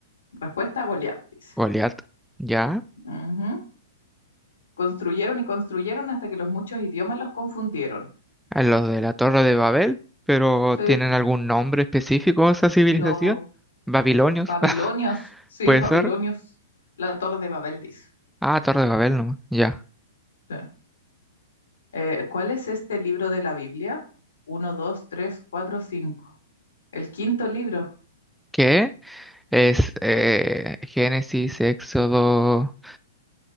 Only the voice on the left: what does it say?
Respuesta a Goliat, dice.
Ujú. Construyeron y construyeron hasta que los muchos idiomas los confundieron.
Sí,
los
babilonios.
Sí,
babilonios.
La Torre de Babel, dice.
Sí. Eh, ¿cuál es este libro de la Biblia? Uno, dos, tres, cuatro, cinco. El quinto libro,